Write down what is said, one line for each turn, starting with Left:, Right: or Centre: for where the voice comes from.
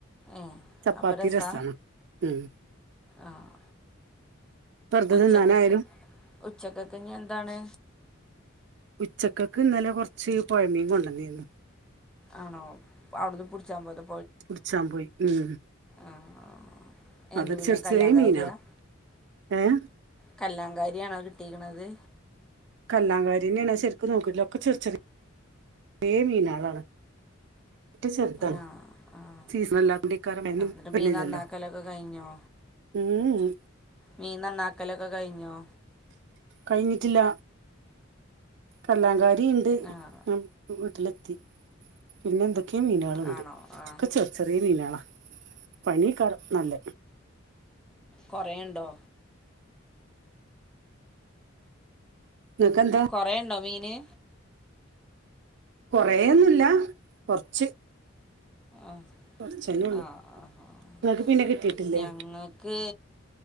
Centre: ഏഹ്
Right: ചപ്പാത്തി
Centre: അപ്പം രസാ
Right: രസാണ് ഉം
Centre: ആഹ്
Right: വെറുതെ
Centre: ഉച്ചക്കൊക്ക്
Right: തിന്നാനായാലും
Centre: ഉച്ചക്കൊക്കെ ഇഞ് എന്താണ്
Right: ഉച്ചക്കൊക്ക് ഇന്നലെ കുറച്ച് പുഴമീൻ കൊണ്ടുവന്നിരുന്നു
Centre: ആണോ അവിടുന്ന് പിടിച്ചാ പോയതാ
Right: പുടിച്ചാൻ പോയി ഉം
Centre: ആഹ് എന്ത്
Right: അതൊരു
Centre: പിന്നെ
Right: ചെർ ചെർച്ചയായ
Centre: കല്ലാങ്കാരിയാ
Right: മീനാ ഏഹ്
Centre: കല്ലാംകാരിയാണോ കിട്ടിരിക്കണുന്നത്
Right: കല്ലാകാരിന്നെയണ ശെരിക്കും നോക്കിട്ട ഒക്കെ ചെറ ചെറിയ മീനാളാണ് പറ്റ ചെറുതാണ്
Centre: ആഹ് ആഹ്
Right: സീസണ് അല്ലത്തെ ണ്ടെയ്ക്കാരം
Centre: ആഹ് എന്നിട്ട്
Right: പിന്നില്ലല്ലോ
Centre: മീൻ നന്നാക്കലൊക്കെ കഴിഞ്ഞോ
Right: ഉം ഉം
Centre: മീൻ നന്നാക്കലൊക്കെ കഴിഞ്ഞോ
Right: കഴിഞ്ഞിട്ടില്ല കല്ലാകാരി ഉണ്ട്
Centre: ആഹ്
Right: ഞൻ വീട്ടിലെത്തി പിന്നെ എന്തൊക്കെയ മീനുകളുണ്ട്
Centre: ആണോ ആഹ്
Right: ഒക്കെ ചെറി ചെറിയ മീനാളാ പണിയെകാരം നല്ല
Centre: കുറേയുണ്ടോ
Right: ഇങ്ങക്ക് എന്താ
Centre: കൊറെ ഇണ്ടോ മീന്
Right: കൊറേന്നുല്ല കൊറച്ച്
Centre: ആഹ്
Right: കൊറച്ചന്നെ ഉള്ളു
Centre: ആഹ് ആഹ് ആഹ്
Right: ഇങ്ങക്ക് പിന്നെ കിട്ടിയിട്ടില്ലേ
Centre: ഞങ്ങക്ക്